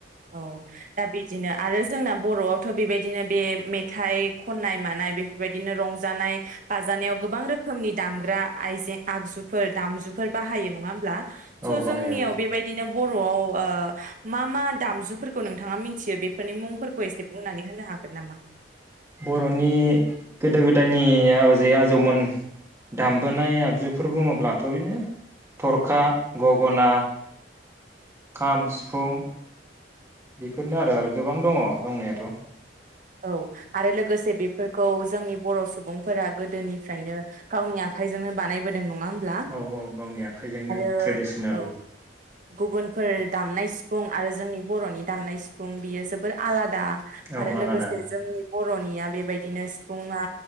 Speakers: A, on the right; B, on the right.
A: औ दा बिदिनो। आरो जोंना बर'आवथ' बेबायदिनो बे मेथाइ खननाय मानाय। बेफोरबायदिनो रंजानाय बाजानायाव गोबां रोखोमनि दामग्रा आइजें आगजुफोर दामजुफोर बाहायो नङा होमब्ला?
B: औ
A: स'
B: बाहायो
A: जोंनियाव
B: औ
A: बेबायदिनो बर'आव ओ - मा मा दामजुफोरखौ नोंथाङा मिथियो बेफोरनि मुंफोरखौ एसे बुंनानै होनो हागोन नामा?
B: बर'नि। गोदो गोदायनि आजै आजौमोन दामबोनाय आगजुफोर बुङोब्लाथ' बिनो थरखा गगना खाम सिफुं बेफोरनो आरो आरो गोबां दङ दंनायाथ'।
A: औ आरो लोगोसे बेफोरखौ जोंनि बर' सुबुंफोरा गोदोनिफ्रायनो गावनि आखाइजोंनो बानायबोदोंमोन। नङा होनब्ला
B: औ औ गावनि आखाइजोंनो
A: आरो
B: ट्रेडिसनेल
A: औ गुबुनफोर दामनाय। सिफुं आरो जोंनि बर'नि दामनाय सिफुं बियो जोबोर आलादा। आरोे
B: औ
A: लोगोस
B: आलादा
A: बर'निया बेबायदिनो सि सिफुङा